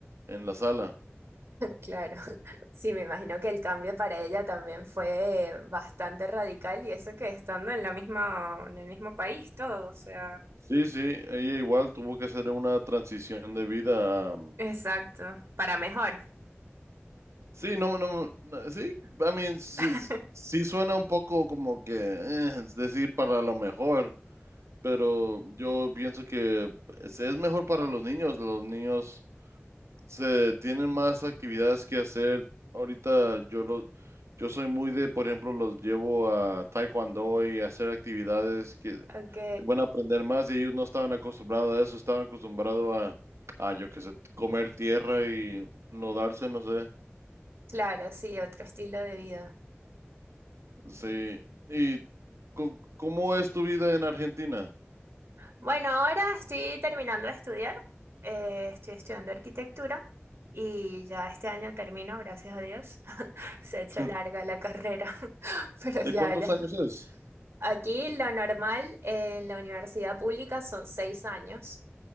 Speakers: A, on the right; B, on the right.
A: en la sala.
B: Claro, <laughs> sí, me imagino que el cambio para ella también fue bastante radical y eso que Estando en la misma, en el mismo país, todo, o sea.
A: Sí, sí, ella igual tuvo que hacer una transición de vida
B: Exacto, para mejor.
A: Sí, no, no, no, sí, I mean, sí,
B: <laughs>
A: sí suena un poco como que, eh, es decir, para lo mejor, pero yo pienso que es, es mejor para los niños, los niños se tienen más actividades que hacer. Ahorita yo los, yo soy muy de, por ejemplo, los llevo a taekwondo y a hacer actividades que,
B: Ok,
A: que van a aprender más y ellos no estaban acostumbrados a eso, estaban acostumbrados a, a yo qué sé, comer tierra y no darse, no sé.
B: claro, sí, otro estilo de vida.
A: Sí. ¿Y co- cómo es tu vida en Argentina?
B: Bueno, ahora estoy terminando de estudiar, eh, estoy estudiando arquitectura y ya este año termino, gracias a Dios. <laughs> Se ha hecho
A: <laughs>
B: larga la carrera, <laughs> pero ya,
A: ¿De cuántos
B: ya.
A: años es?
B: Aquí lo normal en la universidad pública son seis años